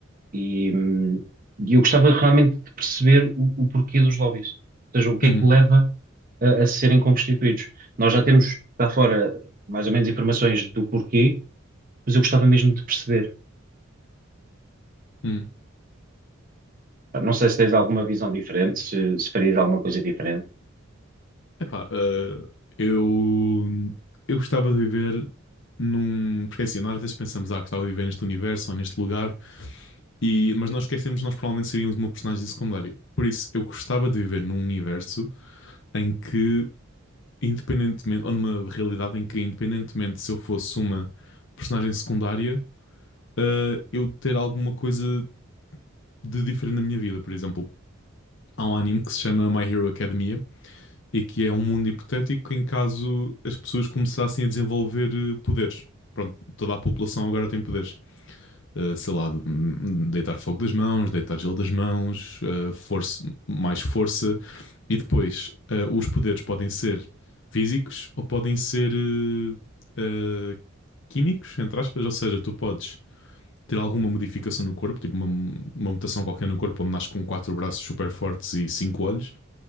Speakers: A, on the right; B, on the left.
A: E, hum, e eu gostava realmente de perceber o, o porquê dos lobbies. Ou seja, o que
B: Uhum,
A: é que leva a, a serem constituídos. Nós já temos cá fora mais ou menos informações do porquê, mas eu gostava mesmo de perceber.
B: uhum.
A: Não sei se tens alguma visão diferente, se, se farias alguma coisa diferente.
B: Epá, eh, eu, eu gostava de viver num. Porque é assim, nós às vezes pensamos, ah, gostava de viver neste universo ou neste lugar. E, mas nós esquecemos que nós provavelmente seríamos uma personagem secundária. Por isso, eu gostava de viver num universo em que, independentemente, ou numa realidade em que, independentemente se eu fosse uma personagem secundária, eh, eu ter alguma coisa de diferente na minha vida. Por exemplo, há um anime que se chama My Hero Academia e que é um mundo hipotético em caso as pessoas começassem a desenvolver eh, poderes. Pronto, toda a população agora tem poderes. eh, sei lá, hum, deitar fogo das mãos, deitar gelo das mãos, eh, força, mais força. E depois, eh, os poderes podem ser físicos ou podem ser eh, eh, químicos, entre aspas, ou seja, tu podes ter alguma modificação no corpo, tipo uma, uma mutação qualquer no corpo, onde nasce com quatro braços super fortes e cinco olhos,